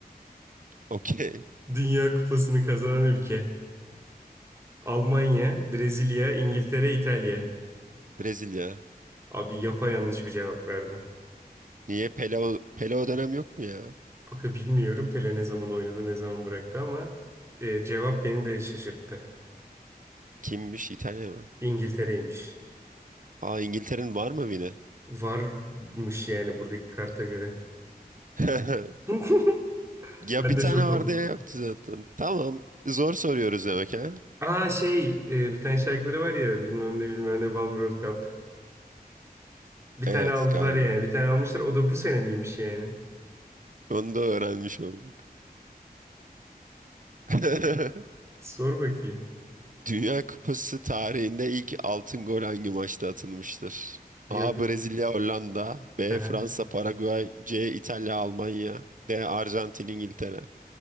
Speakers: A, on the right; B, on the right.
A: Okey.
B: Dünya Kupası'nı kazanan ülke. Almanya, Brezilya, İngiltere, İtalya.
A: Brezilya.
B: Abi yanlış bir cevap verdim.
A: Niye Pele o, Pele o dönem yok mu ya?
B: Aga bilmiyorum Pele ne zaman oynadı, ne zaman bıraktı ama e, cevap beni de şaşırttı.
A: Kimmiş? İtalya mı?
B: İngiltere'ymiş.
A: Aa İngiltere'nin var mı yine?
B: Varmış yani buradaki karta göre.
A: <laughs>
B: <laughs>
A: Ya
B: Ben
A: bir
B: de
A: tane
B: şok
A: vardı
B: oldum.
A: ya yoktu zaten. Tamam. Zor soruyoruz demek ha?
B: Aa şey e, bir tane şarkıları var ya bilmem ne bilmem ne One World Cup. Bir
A: Evet
B: tane aldılar
A: galiba.
B: yani. Bir tane almışlar. O da bu sene miymiş yani?
A: Onu da öğrenmiş olduk. <laughs>
B: Sor bakayım.
A: Dünya Kupası tarihinde ilk altın gol hangi maçta atılmıştır?
B: Dünya...
A: A. Brezilya Hollanda B.
B: Aha.
A: Fransa Paraguay C. İtalya Almanya D. Arjantin İngiltere